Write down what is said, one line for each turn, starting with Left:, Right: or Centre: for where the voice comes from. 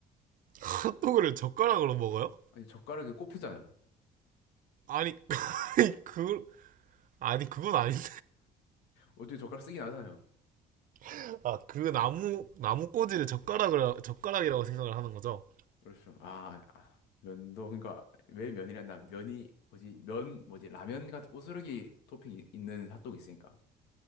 Right: 핫도그를 젓가락으로 먹어요?
Left: 아니 젓가락이 꼽혔잖아요
Right: 아니, <laughs> 그, 아니, 그건 아닌데.
Left: 어차피 <laughs> 젓가락 쓰긴 하잖아요
Right: <laughs> 아, 그 나무, 나무 꼬지를 젓가락을, 젓가락이라고 생각을 하는 거죠?
Left: 그렇죠 아, 아, 면도 그러니까 왜 면이란다 면이 뭐지 면 뭐지 라면 같은 부스러기 토핑 이- 있는 핫도그 있으니까